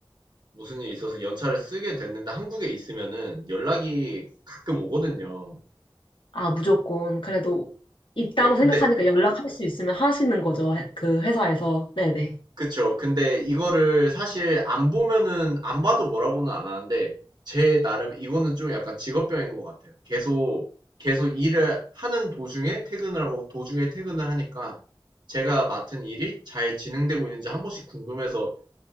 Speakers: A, on the right; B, on the left.
A: 무슨 일이 있어서 연차를 쓰게 됐는데 한국에 있으면은 연락이 가끔 오거든요.
B: 아, 무조건. 그래도 있다고
A: 네 근데
B: 생각하니까 연락할 수 있으면 하시는 거죠. 해- 그 회사에서. 네네.
A: 그쵸. 근데 이거를 사실 안 보면은 안 봐도 뭐라고는 안 하는데 제 나름 이거는 좀 약간 직업병인 것 같아요. 계속 계속 일을 하는 도중에 퇴근을 하고 도중에 퇴근을 하니까 제가 맡은 일이 잘 진행되고 있는지 한 번씩 궁금해서